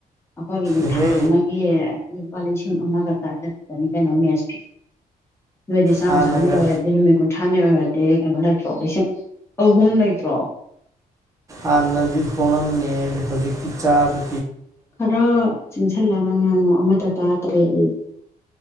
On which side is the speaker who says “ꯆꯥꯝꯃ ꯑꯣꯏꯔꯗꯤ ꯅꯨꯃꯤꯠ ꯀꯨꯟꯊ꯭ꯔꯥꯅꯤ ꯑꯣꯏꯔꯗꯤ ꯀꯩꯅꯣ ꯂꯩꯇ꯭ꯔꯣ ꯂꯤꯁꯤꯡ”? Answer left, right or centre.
Left